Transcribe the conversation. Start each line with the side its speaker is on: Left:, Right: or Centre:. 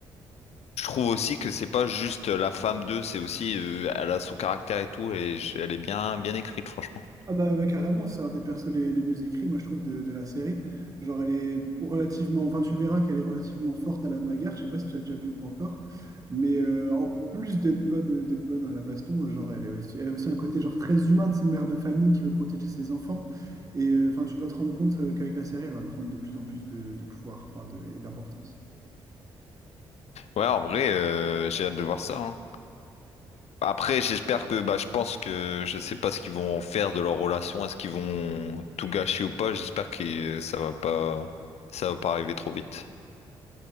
Left: je trouve aussi que c'est pas juste la femme d'eux, c'est aussi euh, elle a son caractère et tout. Et je- elle est bien, bien écrite, franchement.
Right: Ah bah, ouais, carrément, c'est un des persos les, les mieux écrits, moi je trouve, de, de la série. Genre elle est relativement, enfin tu verras qu'elle est relativement forte à la bagarre, je sais pas si tu as déjà vu ou pas encore, mais euh, en plus d'être bonne, euh, d'être bonne à la baston, euh, genre elle est aussi, elle a aussi un côté genre très humain de cette mère de famille qui veut protéger ses enfants, et euh, enfin tu vas te rendre compte euh, qu'avec la série elle va prendre de plus en plus de, de pouvoir, enfin de, et d'importance.
Left: Ouais, en vrai, euh, j'ai hâte de voir ça. hein. Après, j'espère que, bah, je pense que je sais pas ce qu'ils vont en faire de leur relation. Est-ce qu'ils vont tout gâcher ou pas? J'espère que euh, ça va pas, ça va pas arriver trop vite.